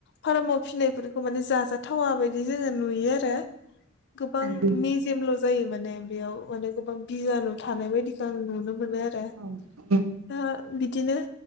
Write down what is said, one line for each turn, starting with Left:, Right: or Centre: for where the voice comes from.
Left: फार्माव फिसिनायफोरखौ माने जाजाथावा बायदि जोङो नुयो आरो। गोबां
Right: नंगौ
Left: मेजेमल' जायो माने बेयाव माने गोबां बिजानु थानाय बायदि जों नुनो मोनो आरो
Right: औ औ उम
Left: दा बिदिनो